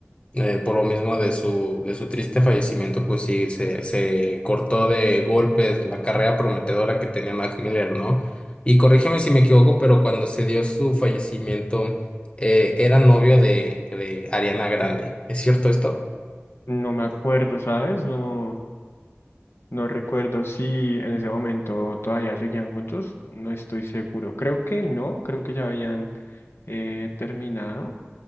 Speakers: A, on the left (about 25°); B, on the left (about 65°).
A: eh, por lo mismo de su, de su triste fallecimiento, pues sí, se, se cortó de golpes la carrera prometedora que tenía Mac Miller, ¿no? Y corrígeme si me equivoco, pero cuando se dio su fallecimiento, eh, era novio de, de Ariana Grande. ¿Es cierto esto?
B: No me acuerdo, ¿sabes? No. No recuerdo si en ese momento todavía seguían juntos, no estoy seguro. Creo que no, creo que ya habían eh, terminado,